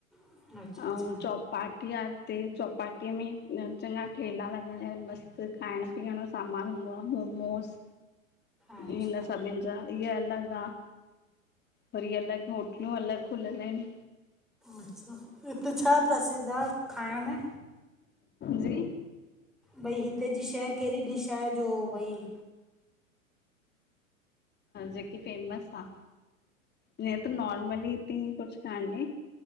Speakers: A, in the centre; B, on the left.
A: अच्छा अच्छा
B: अउं चौपाटी आहे हिते चौपाटी में चङा ठेला लॻ मस्त खाइण पीअण जो सामान हूंदो आ, मोमोस
A: अच्छा
B: हिन सभिनि जा इहा अलॻि आ, वरी अलॻि होटलियूं अलॻि खुलियल आहिनि।
A: अच्छा हिते छा प्रसिद्ध आ, खाइण में?
B: जी?
A: भई हिते जी शइ कहिड़ी डिश आहे, जो भई
B: जेकी फेमस आ? हीय त नॉर्मल ही थी ई कुछ काने,